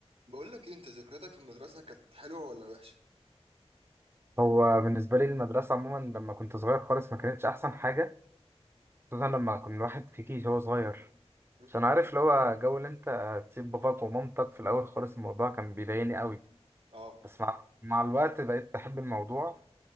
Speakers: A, on the right; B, on the right.
A: بقول لك ايه انت ذكرياتك في المدرسه كانت حلوه ولا وحشه
B: هو بالنسبة لي المدرسة عموما لما كنت صغير خالص ما كانتش أحسن حاجة خصوصا لما كان الواحد في كيش هو صغير
A: م?
B: عشان عارف اللي هو جو اللي أنت تسيب باباك ومامتك في الأول خالص الموضوع كان بيضايقني قوي
A: اه
B: بس مع, مع الوقت بقيت بحب الموضوع